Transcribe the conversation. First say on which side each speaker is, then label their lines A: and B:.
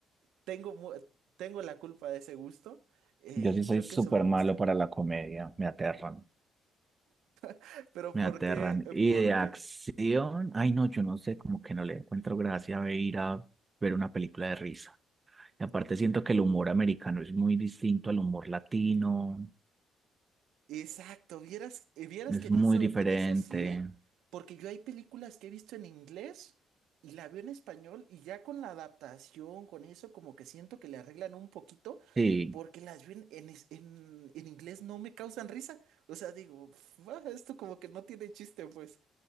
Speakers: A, on the right; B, on the right.
A: tengo, mu- tengo la culpa de ese gusto. eh,
B: Yo sí soy
A: creo
B: súper
A: que eso me gusta.
B: malo para la comedia, me aterran.
A: <laughs> Pero
B: Me
A: ¿por
B: aterran.
A: qué?
B: Y
A: Porque.
B: de acción, ay no, yo no sé, como que no le encuentro gracia a ir a ver una película de risa. Y aparte siento que el humor americano es muy distinto al humor latino,
A: Exacto, vieras, eh, vieras
B: es
A: que en
B: muy
A: eso,
B: diferente.
A: en eso sí, ¿eh? Porque yo hay películas que he visto en inglés y la veo en español y ya con la adaptación, con eso, como que siento que le arreglan un poquito
B: Sí,
A: porque las veo en, en, es- en- en inglés no me causan risa. O sea, digo, "Pf, ah, esto como que no tiene chiste, pues.